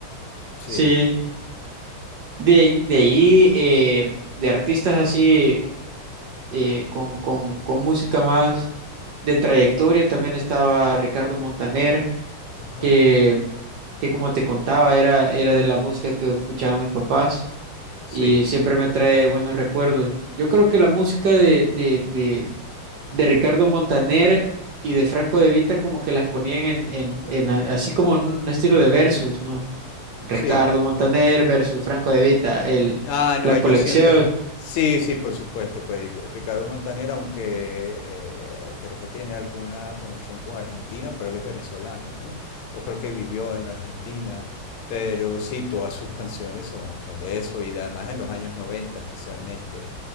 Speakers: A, on the left; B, on the right.
A: Sí,
B: Sí, de, de ahí, eh, de artistas así, eh, con, con, con música más de trayectoria, también estaba Ricardo Montaner,
A: ajá,
B: que, que como te contaba, era, era de la música que escuchaban mis papás
A: sí,
B: y siempre me trae buenos recuerdos. Yo creo que la música de, de, de, de Ricardo Montaner y de Franco De Vita como que las ponían en, en- en a- así como en un estilo de versus, ¿no? Ricardo
A: sí.
B: Montaner versus Franco De Vita, el,
A: Ah, no,
B: la
A: ellos
B: colección.
A: siempre. Sí, sí, por supuesto. Pues Ricardo Montaner, aunque eh, creo que tiene alguna conexión con Argentina, pero él es venezolano, ¿no? O creo que vivió en la Argentina. Pero sí, todas sus canciones son, son de eso. Y además en los años 90, especialmente.